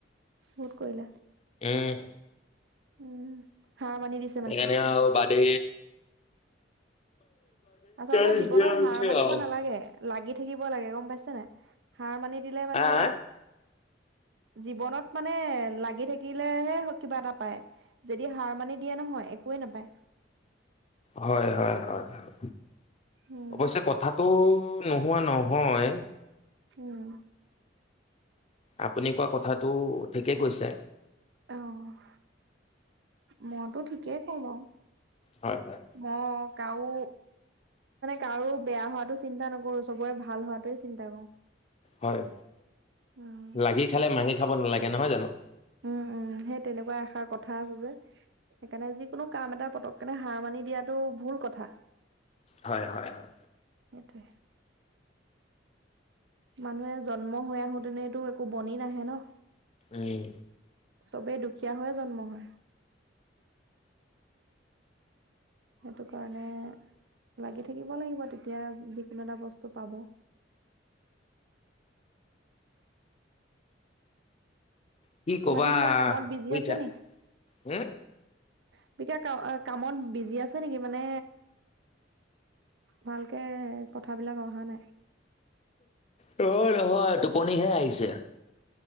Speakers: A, on the right (about 65°); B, on the left (about 35°).
A: বহুত কৰিলা
B: ওম
A: উম হাৰ মানি দিছা
B: সেইকাৰণে আৰু বাদে
A: আচলতে
B: নিচিনা
A: জীৱনত
B: হৈছে
A: হাৰ মানিব
B: আৰু
A: নালাগে লাগি থাকিব লাগে গম পাইছে নাই সাৰ মানি দিলে
B: হা
A: মানে
B: হা
A: জীৱনত মানে লাগি থাকিলেহে কিবা এটা পায় যদি সাৰ মানি দিয়া নহয় একোৱে নাপায়
B: হয় হয় হয় হয়
A: উম,
B: অৱশ্যে কথাটো নোহোৱা নহয়
A: উম
B: আপুনি কোৱা কথাটো ঠিকে কৈছে।
A: অ' মইতো ঠিকেই কওঁ বাৰু।
B: হয় হয়।
A: অ' কাও কাৰো বেয়া হোৱাতো চিন্তা নকৰো, চবৰে ভাল হোৱাটোৱে চিন্তা কৰো।
B: হয়,
A: উম,
B: লাগি খালে মাগি খাব নালাগে নহয় জানো।
A: উম, সেই তেনেকুৱাই এষাৰ কথা আছে যে। সেইকাৰণে যিকোনো কাম এটা পতককেনে হাৰ মানি দিয়াটো ভুল কথা।
B: হয় হয় হয়।
A: সেইটোৱে। মানুহে জন্ম হৈ আহোতে নো এইটো একো বনি নাহে ন'।
B: উম
A: চবেই দুখীয়া হৈয়ে জন্ম হয়। সেইটো কাৰণে লাগি থাকিব লাগিব, তেতিয়া যিকোনো এটা বস্তু পাব।
B: কি কবা
A: বাকী কিবা কামত বিজি
B: বুজিছা
A: আছে নি?
B: উম
A: <unintelligible> কামত বিজি আছে নেকি মানে? ভালকে কথাবিলাক অহা নাই।
B: নহয় নহয় টোপনিহে আহিছে।